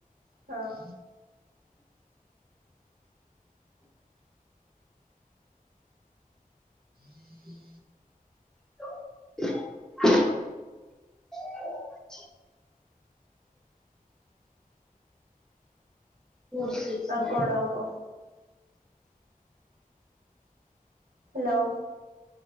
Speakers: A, on the right; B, in the centre.
A: ହଁ। <inaudible>
B: <inaudible> ଫୋର୍ ସିକ୍ସ
A: ଆଉ
B: ନାଇନ୍
A: କଣ ଆଉ କହ ହ୍ୟାଲୋ!